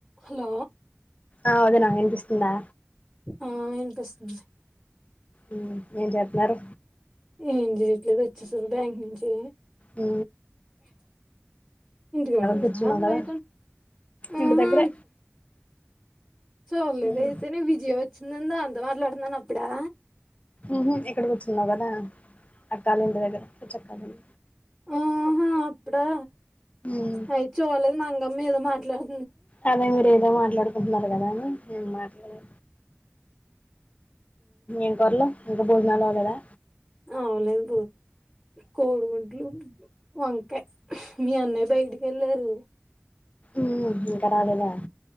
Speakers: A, in the centre; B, on the left.
A: Hello
B: ఆ వదిన వినిపిస్తుందా
A: ఆ వినిపిస్తుంది
B: ఉమ్ ఏం చేత్తున్నారు
A: ఏం చేయట్లేదు వచ్చేసు బ్యాంక్ నుంచి
B: అ
A: అ ఇంటికాడ ఉన్నావా
B: కూర్చున్నావు కదా
A: బయట
B: ఇంటి
A: ఆహా
B: దగ్గరే
A: చూడలేదయితే
B: ఉమ్
A: న విజయ వచ్చిందందా అంత మాట్లాడుతున్నాను అప్పుడా
B: ఉహు ఇక్కడి కూర్చున్నావు కదా అక్కాలి ఇంటి దగ్గర చెప్పాలడి
A: ఆహా అప్పుడా
B: ఉమ్
A: అయి చూలేదు మంగమ్ మీదో మాట్లాడు
B: అదే మీరు ఏదో మాట్లాడుకుంటున్నారు కదా నేం మాట్లాడలే ఎం కూరలు ఇంకా భోజనాలు అవ్వలేదా
A: ఆ అవలేదు కోడిగుడ్లు వంకాయ్ మీ అన్నయ బయటికి వెళ్ళారు
B: మ్ ఇంకా రాలేదా